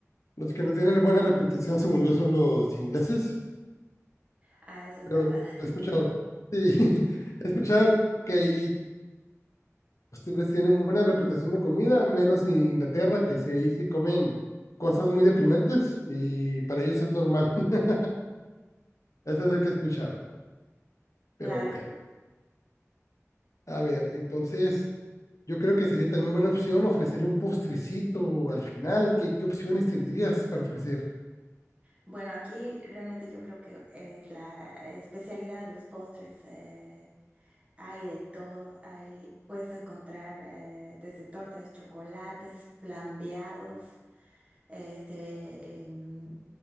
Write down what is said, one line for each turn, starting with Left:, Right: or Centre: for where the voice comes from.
Left: Los que no tienen buena reputación, según yo, son los ingleses,
Right: Ah, eso es
Left: pero
Right: verdad.
Left: he escuchado.
Right: <laughs>
Left: Sí, <laughs> he escuchado que y ustedes tienen buena reputación de comida, menos Inglaterra, que sí, ahí sí comen cosas muy deprimentes y para ellos es normal. <laughs> Eso es lo que he escuchado.
Right: Claro.
Left: Pero bueno, a ver, entonces yo creo que sería también buena opción ofrecerle un postrecito al final. ¿Qué, qué opciones tendrías para ofrecer?
Right: Bueno, aquí realmente yo creo que es la especialidad de los postres. eh, hay de todo, hay, puedes encontrar eh, desde tortas, chocolates, flambeados, este, em,